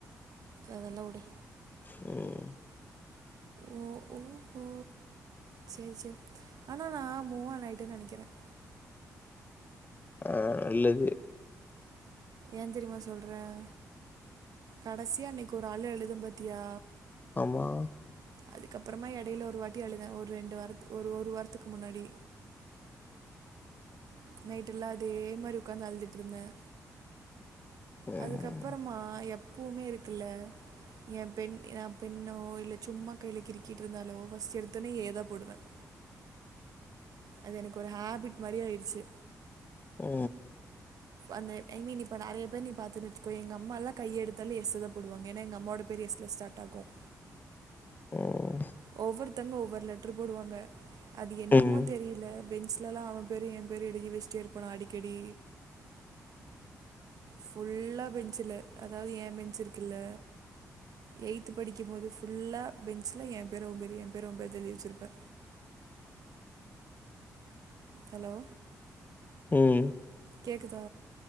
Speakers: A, on the right; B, on the left.
A: அதெல்லாம் உடு
B: ம்
A: ஓ ஓ ஒ செரி செரி ஆனா நான் மூவான் ஆயிட்டேன்னு நெனைக்கிறேன்
B: ஆ நல்லது
A: ஏன் தெரியுமா சொல்றேன் கடைசியா அன்னைக்கி ஒரு அழு அழுதேன் பாத்தியா
B: ஆமா
A: அதுக்கப்புறமா இடையில ஒரு வாட்டி அழுதேன் ஒரு ரெண்டு வாரத்து ஒரு ஒரு வாரத்துக்கு முன்னாடி நைட்டு எல்லாம் அதே மாரி உக்காந்து அழுதிட்டு இருந்தேன்
B: ம்
A: அதுக்கப்பறமா எப்பவுமே இருக்குல்ல என் பென் என் பென்னோ இல்லை சும்மா கையில கிருக்கிட்டு இருந்தாலோ ஃபஸ்ர்ட் எடுத்தோடனே ஏ தான் போடுவேன்
B: <unintelligible>
A: அது எனக்கு ஒரு ஹபிட் மாரி ஆயிடுச்சு
B: ஓ
A: அந்த ஐ மீன் இப்ப நறைய பேர் நீ பாத்தேன்னு வச்சுகோயேன் எங்க அம்மாலாம் கைய எடுத்தாலே எஸ் தான் போடுவாங்க ஏன்னா எங்க அம்மா வோட பேரு எஸ் ல ஸ்டார்ட் ஆகும் டாகும்
B: <unintelligible> ம்
A: ஒவ்வொருத்தங்க ஒவ்வொருத்தவங்க ஒவ்வொரு லெட்டரு போடுவாங்க அது என்னமோ
B: ம்
A: தெரியல பெஞ்ச்லலா அவம்பேரு ஏம்பேரு எழுதி வச்ட்டே இருப்பனா அடிக்கடி ஃபுல்லா பெஞ்சில அதாவது ஏ பெஞ்சு இருக்குல்ல எயித்து படிக்கிம்போது ஃபுல்லா பெஞ்ச்ல ஏ பேரு அவ பேரு ஏ பேரு அவ பேருதா எழுதி வச்சிருப்பே ஹலோ
B: உம்
A: கேக்குதா